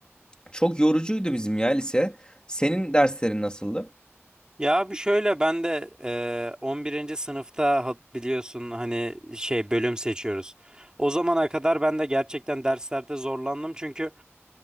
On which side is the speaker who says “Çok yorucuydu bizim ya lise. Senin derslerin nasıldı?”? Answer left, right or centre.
Left